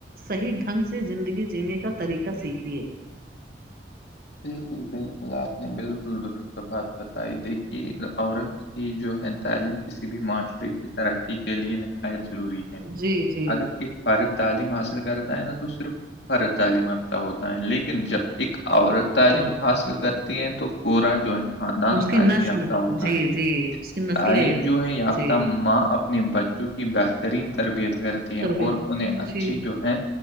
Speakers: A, on the right; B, on the left.
A: صحیح ڈھنگ سے زندگی جینے کا طریقہ سیکھیے
B: بالکل بالکل آپ نے بالکل درست بات بتائی دیکھیے اورنگ یہ جو ہے تعلیم کسی بھی معاشرے کی ترقی کے لیے نہا ضروری ہے
A: جی جی
B: اگر ایک فارغ تعلیم حاصل کرتا ہے نہا تو صرف ف تعلیم یافتہ ہوتا ہے لیکن جب ایک عورت تعلیم
A: اور
B: حاصل کر ہیں تو پورا جو ہے خاندان
A: اس کی
B: تعلیم
A: نسل
B: یافتہ ہوتا
A: جی
B: ہے
A: جی اس کی نسلیں
B: تعلیم جو ہے یافہ
A: جی
B: ت اپنے بچوں کی بہترین تربیت کرتی ہے
A: تربیت
B: اور انہیں اچھی
A: جی
B: جو ہے